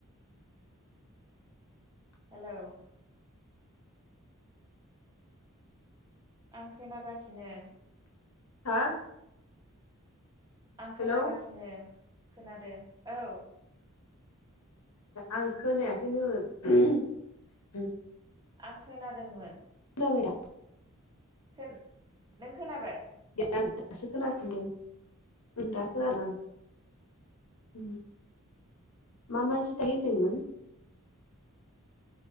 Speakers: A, on the right (about 15°); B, on the left (about 90°).
A: हेल' आं खोनागासिनो।
B: हा
A: आं खोनागासिनो
B: हेलौ
A: खोनादों औ
B: आं खोनायाखैनोमोन।
A: आं खोनादोंमोन।
B: खोनाबायदा?
A: खोन नों खोनाबाय?
B: आं दासो खोनाफिनदों दा खोनादों आं मा मा जि दायो होनदोंमोन?